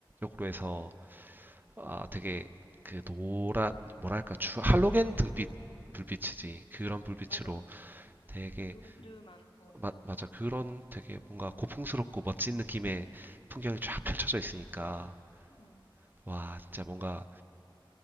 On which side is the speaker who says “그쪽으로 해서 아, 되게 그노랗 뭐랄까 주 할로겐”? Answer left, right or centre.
Right